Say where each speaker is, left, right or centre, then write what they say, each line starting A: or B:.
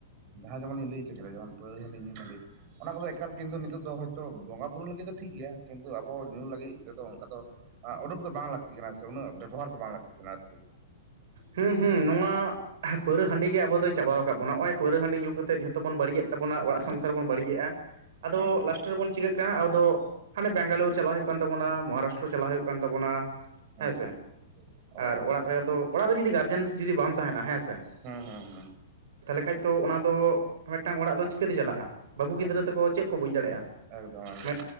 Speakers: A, on the right (about 40°); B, on the right (about 70°).
A: ᱡᱟᱦᱟᱸᱭ ᱡᱮᱢᱚᱱᱤᱧ ᱞᱟᱹᱭ ᱦᱚᱪ ᱠᱮᱫᱟ ᱡᱮᱢᱚᱱ ᱯᱟᱹᱳᱨᱟ ᱦᱟᱱᱰᱤ ᱧᱩ ᱨᱮᱱᱟ ᱵᱮ ᱚᱱᱟ ᱠᱚᱫᱚ ᱮᱠᱟᱞ ᱠᱤᱱᱛᱩ ᱱᱤᱛᱚᱜ ᱫᱚ ᱦᱚᱭᱛᱳ ᱵᱚᱸᱜᱟᱼᱵᱩᱨᱩ ᱞᱟᱹᱜᱤᱫ ᱫᱚ ᱴᱷᱤᱠ ᱜᱮᱭᱟ ᱠᱤᱱᱛᱩ ᱟᱵᱚ ᱧᱩ ᱞᱟᱹᱜᱤᱫ ᱛᱮᱫᱚ ᱚᱝᱠᱟ ᱫᱚᱼᱼ ᱟ ᱳᱱᱰᱳᱠ ᱫᱚ ᱵᱟᱝ ᱞᱟᱹᱠᱛᱤ ᱠᱟᱱᱟ ᱥᱮ ᱩᱱᱟᱹᱜ ᱵᱮᱵᱚᱦᱟᱨ ᱫᱚ ᱵᱟᱝ ᱞᱟᱹᱠᱛᱤ ᱠᱟᱱᱟ ᱟᱨᱠᱤ
B: ᱦᱩᱸ ᱦᱩᱸᱱᱚᱣᱟ᱾ ᱯᱟᱹᱨᱣᱟᱹ ᱦᱟᱺᱰᱤ ᱜᱮ ᱟᱵᱚ ᱫᱚᱭ ᱪᱟᱵᱟᱣ ᱟᱠᱟᱫ ᱵᱚᱱᱟ, ᱱᱚᱜ-ᱚᱭ ᱯᱟᱹᱣᱨᱟᱹ ᱦᱟᱺᱰᱤ ᱧᱩ ᱠᱟᱛᱮᱜ ᱡᱷᱚᱛᱚ ᱵᱚᱱ ᱵᱟᱹᱲᱤᱡᱮᱫ ᱛᱟᱵᱚᱱᱟ ᱚᱲᱟᱜ ᱥᱚᱝᱥᱟᱨ ᱵᱚᱱ ᱵᱟᱹᱲᱤᱡᱮᱜᱼᱟ ᱾ ᱟᱫᱚ
A: ᱦᱩᱸ ᱦᱩᱸ
B: ᱞᱟᱥᱴ ᱨᱮᱵᱚᱱ ᱪᱤᱠᱟᱹᱜ ᱠᱟᱱᱟ ᱟᱵᱚ ᱫᱚ ᱦᱟᱱᱮ ᱵᱮᱝᱜᱞᱩᱨ ᱪᱟᱞᱟᱣ ᱦᱩᱭᱩᱜ ᱠᱟᱱ ᱛᱟᱵᱚᱱᱟ ᱢᱚᱦᱟᱨᱟᱥᱴᱨᱚ ᱪᱟᱞᱟᱜ ᱦᱩᱭᱩᱜ ᱠᱟᱱ ᱛᱟᱵᱚᱱᱟ᱾
A: ᱦᱩᱸ
B: ᱦᱮᱸᱥᱮ
A: ᱦᱩᱸ ᱚ
B: ᱟᱨ ᱚᱲᱟᱜ ᱨᱮᱭᱟᱜ ᱫᱚ, ᱚᱲᱟᱜ ᱨᱮ ᱡᱩᱫᱤ ᱜᱟᱨᱡᱮᱱᱥ ᱡᱩᱫᱤ ᱵᱟᱢ ᱛᱟᱦᱮᱸᱱᱟ ᱦᱮᱸ ᱥᱮ
A: ᱦᱩᱸ ᱦᱩᱸ ᱦᱩᱸ ᱾
B: ᱛᱟᱦᱞᱮ ᱠᱷᱟᱡ ᱛᱚ ᱚᱱᱟ ᱫᱚ ᱢᱤᱫᱴᱟᱝ ᱚᱲᱟᱜ ᱫᱚ ᱪᱤᱠᱟᱹᱛᱮ ᱪᱟᱞᱟᱜᱼᱟ, ᱵᱟᱹᱵᱩ ᱜᱤᱫᱽᱨᱟᱹ
A: ᱮᱠᱫᱚᱢ
B: ᱛᱮᱠᱚ ᱪᱮᱫ ᱠᱚ ᱵᱩᱡᱽ ᱫᱟᱲᱮᱭᱟᱜᱼᱟ
A: ᱮᱠᱫᱚᱢ ᱮᱠᱫᱚᱢ
B: ᱢᱮᱛ